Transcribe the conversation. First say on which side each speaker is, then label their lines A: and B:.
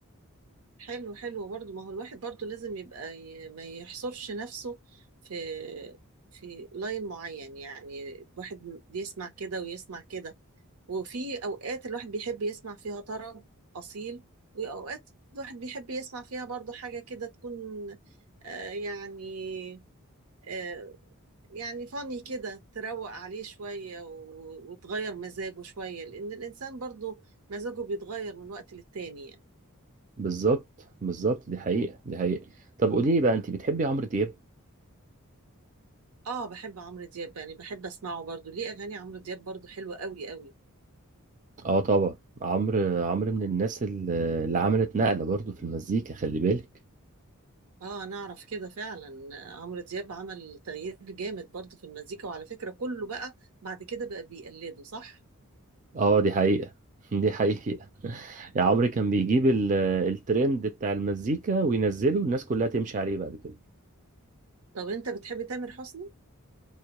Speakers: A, on the right; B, on the right.
A: حلو حلو برضو ما هو الواحد برضو لازم يبقى ي... ما يحصرش نفسه في في لاين معين يعني الواحد بيسمع كده ويسمع كده وفي اوقات الواحد بيحب يسمع فيها طرب اصيل واوقات الواحد بيحب يسمع فيها برضو حاجة كده تكون آه يعني آه يعني فاني كده تروق عليه شوية و... وتغير مزاجه شوية لأن الإنسان برضو مزاجه بيتغير من وقت للتاني يعني.
B: بالظبط بالظبط دي حقيقة دي حقيقة طب قولي لي بقى انت بتحبي عمرو دياب
A: اه بحب عمرو دياب يعني بحب اسمعه برضو ليه اغاني عمرو دياب برضو حلوة قوي قوي
B: اه طبعا عمرو عمرو من الناس ال- اللي عملت نقلة برضو في المزيكا خلي بالك
A: اه انا اعرف كده فعلا عمرو دياب عمل تغيير جامد برضو في المزيكا وعلى فكرة كله بقى بعد كده بقى بيقلده صح
B: اه دي حقيقة <laughs> دي حقيقة يا عمرو كان بيجيب ال- الترند بتاع المزيكا وينزله والناس كلها تمشي عليه بعد كده
A: طب انت بتحب تامر حسني